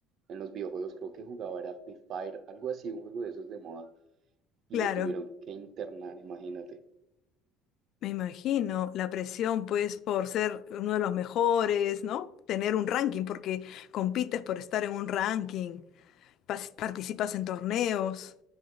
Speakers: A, on the right; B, on the left.
A: en los videojuegos, creo que jugaba era Free Fire, algo así, un juego de esos de moda y
B: Claro.
A: lo tuvieron que internar, imagínate.
B: Me imagino la presión, pues, por ser uno de los mejores, ¿no? Tener un ranking, porque compites por estar en un ranking, pas- participas en torneos